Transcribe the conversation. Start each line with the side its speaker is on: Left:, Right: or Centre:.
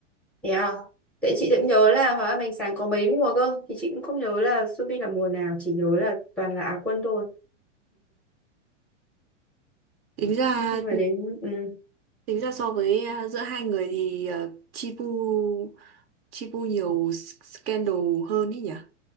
Centre: thế à tại chị
Right: Ừ.
Centre: cũng nhớ là hòa âm ánh sáng có mấy mùa cơ thì chị cũng không nhớ là Subin là mùa nào chỉ nhớ là toàn là Á quân thôi
Right: tính ra
Centre: nhưng mà đến ừ,
Right: tính ra so với à, giữa hai người thì à, Chipu Chipu nhiều scandal hơn ý nhỉ